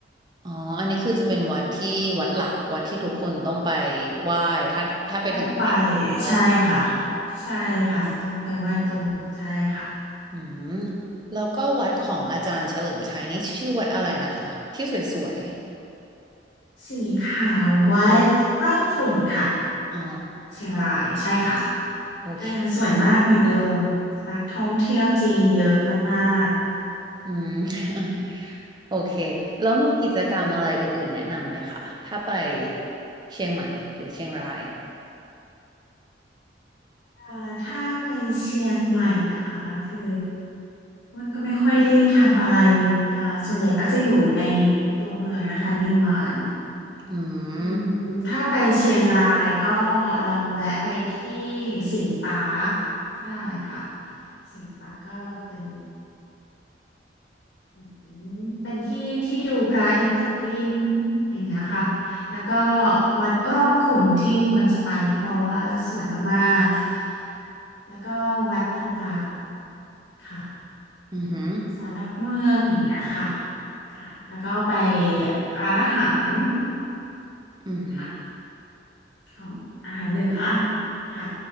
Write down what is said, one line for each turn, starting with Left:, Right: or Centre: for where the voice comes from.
Right: อ๋ออันนี้คือจะเป็นวัดที่วัดหลักวัดที่ทุกคนต้องไปไหว้ถ้าถ้าไปถึงเชียงใหม่อะไร
Left: ต้องไปใช่ค่ะใช่ค่ะต้องไปไหว้ตุงใช่ค่ะ
Right: อืมแล้วก็วัดของอาจารย์เฉลิมชัยนี่ชื่อวัดอะไรนะคะที่สวย
Left: สีขาววัดร่องขุ่นค่ะ
Right: ๆอ๋อ
Left: เชียงรายใช่ค่ะ
Right: โอเค
Left: ก็ยังสวยมากเหมือนเดิมนักท่องเที่ยวจีนเยอะมากๆ
Right: อืม <laughs> โอเคแล้วมีกิจกรรมอะไรอื่นๆแนะนำไหมคะถ้าไปเชียงใหม่หรือเชียงราย
Left: อ่าถ้าไปเชียงใหม่นะคะคือมันก็ไม่ค่อยได้ทำอะไรอ่าส่วนใหญ่ก็จะอยู่ในตัวเมืองนะคะนิมมาน
Right: อื
Left: อืมถ้าไปเชียงรายก็
Right: ม
Left: ลองแวะไปที่สิงห์ปาร์คก็ได้ค่ะสิงห์ปาร์คก็เป็นเหมือนเป็นที่ที่ดูพระอาทิตย์ตกดินอย่างเงี้ยค่ะแล้วก็วัดร่องขุ่นที่ควรจะไปเพราะว่าสวยมากๆแล้วก็วัดต่างๆ ค่ะ
Right: อือหือ
Left: ศาลหลักเมืองอย่างเงี้ยค่ะค่ะแล้วก็ไปร้านอาหาร
Right: อือหือ
Left: ค่ะของอาหารเหนือค่ะ